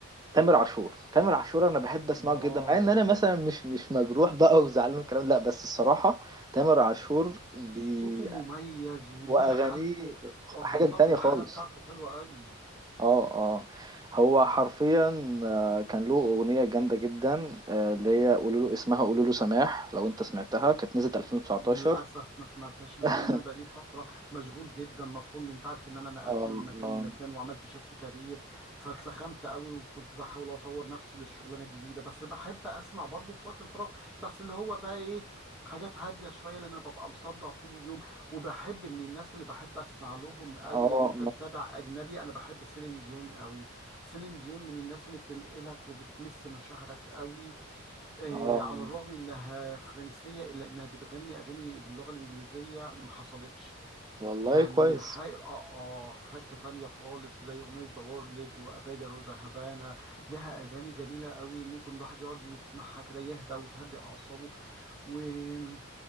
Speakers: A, on the right (about 20°); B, in the centre.
A: تامر عاشور تامر عاشور انا بحب اسمعه
B: واو
A: جدا مع ان انا مثلا مش مش مجروح بقى وزعلان والكلام ده، لا بس الصراحه تامر عاشور بي
B: صوته مميز وليه
A: واغانيه
B: حالته اه
A: حاجه
B: بالظبط
A: تانية
B: الحاله
A: خالص
B: بتاعته حلوه قوي
A: اه اه هو حرفيا آه، كان له اغنيه جامده جدا آه، اللي هي قولوا له اسمها قولوا له سماح لو انت سمعتها كانت نزلت 2019
B: للأسف ما سمعتهاش لأن
A: <laughs>
B: أنا بقالي فترة مشغول جدا مطحون أنت عارف إن أنا نقلت
A: اه
B: من مكان
A: اه
B: لمكان وعملت شيفت كارير فاتلخمت قوي وكنت بحاول أطور نفسي للشغلانة الجديدة بس بحب أسمع برضه في وقت الفراغ بس اللي هو بقى إيه حاجات هادية شوية لأن أنا ببقى مصدع طول اليوم وبحب من الناس اللي بحب أسمع لهم قوي
A: اه
B: لو أنت
A: اه
B: متابع أجنبي أنا بحب سيلين ديون قوي سيلين ديون من الناس اللي بتنقلك وبتمس مشاعرك قوي آه،
A: آه.
B: على الرغم انها فرنسيه الا انها بتغني اغاني باللغه الانجليزيه ما حصلتش
A: والله
B: يعني
A: كويس
B: حي... اه اه في حته تانية خالص زي اغنيه ذا وورلد واباجر وذا هافانا لها اغاني جميله قوي ممكن الواحد يقعد يسمعها كده يهدى وتهدي اعصابه ويعني